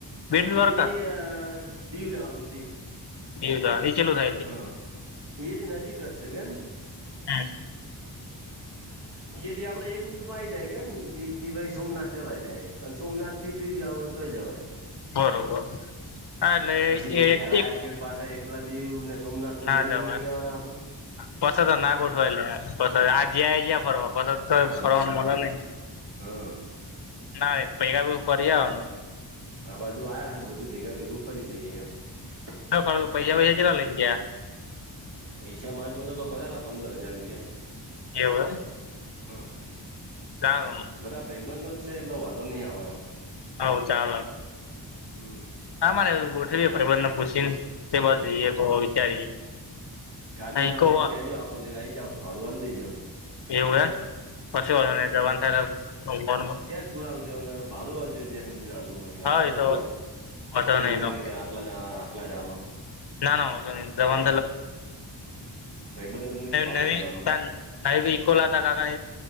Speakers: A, on the left (about 65°); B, on the right (about 80°).
A: બેટ દ્વારકા
B: એથી અ દીવ જવાનું દીવ
A: એવું નીચેલું થાય
B: હા એથી નજીક જ છે કેન
A: હા
B: એથી આપડે એક રૂટમાં આ આવી જાય કે ને દીવ થી ભ સોમનાથ જવાય ડાયરેક્ટ અને સોમનાથ થી દી થઈ જવાય
A: બરોબર હા એટલે
B: પછી કોઈ
A: એક
B: ઘેર આયા
A: એક
B: ચેડ પાછા એકલા દીવ સોમનાથ તો
A: ના
B: જઈ
A: જવા
B: નહી કેવાના આપડે.
A: પછ તો ના
B: હા
A: ગોઠવાયલા પછ આ જયા જ્યા ફરવા પછો તો
B: હા
A: ફરવા મળ નહી
B: હા
A: ના ર પૈકાા પ કર આવનું
B: હા બાજુ આ્યા બધું ભેગા ભેગું ફરી લઈએે એમ હ
A: હ ક તો પૈસાાૈસા ચાલલા ને ત્યા
B: પૈસા મામાં જોડે તો પડ્યા હતા પંદર હજાર રૂપિયા
A: એવું
B: હમ
A: ચાલ
B: બધા ભાઈબંધો જ છે એટલો વાંધો નહી આવે એ
A: આવ ચાલ
B: હમ.
A: હા માને ગોઠવી બને પૂછીને બસ જઈએ વિચારીએ
B: ગાડી
A: ઈકો
B: ના હોય તો કેજો આપડે લઈનેઈ જાવ ફવાલ દઈજો <inaudible>
A: એવું એમ કશું હો ને જવાનું થાય.
B: પુ આવજો ને પડુવાલજો જે સમજી નાલું હોય
A: હા
B: આપ
A: એ તો
B: જો
A: વાંધો
B: એવું
A: નહી તો
B: હોય કે અટલા અટલા ચાલમ
A: ના ના તોંધર વા
B: ભાઈબંધનું શું ભાડું
A: નવી
B: લેવાનું
A: સાહેબ ઇકોલા હતા કાકા